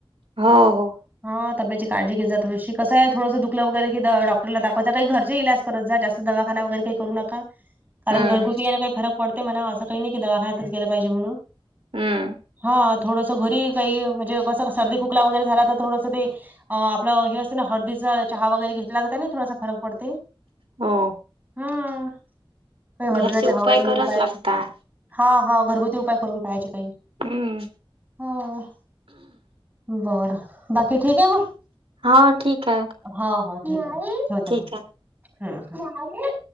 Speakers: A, on the right (about 80°); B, on the right (about 20°).
A: हो हो
B: हा तब्यतेची काळजी घे जा थोडीशी कस आहे, थोडं दुखलं वगैरे कि डॉक्टरला दाखवायच काही घरचे इलाज. करत जा. जास्त दवाखाना वगैरे काही करू नका. कारण
A: हम्म
B: घरगुती न काही फरक पडते म्हणा, असं काही नाही की दवाखान्यातच गेलं पाहिजे म्हणून.
A: हं
B: हा थोडंस घरी काही म्हणजे कसं सर्दी खोकला वगैरे झाला तर थोडंस ते अ आपलं हे असतं ना हळदीचा चहा वगैरे घेतला तर, त्यानेही थोडासा फरक पडते.
A: हो
B: हं काही हळदीचा
A: घरचे
B: चहा
A: उपाय
B: वगैरे घेऊन
A: कराच
B: पाहायच,
A: लागतात
B: हा हा घरगुती उपाय करून. पाहायचे काही,
A: हम्म
B: हां बरं. बाकी ठीक आहे मग.
A: हा ठीक आहे
B: हां हां ठीक आहे. ठेवते
A: ठीक
B: मग
A: आहे
B: हं हं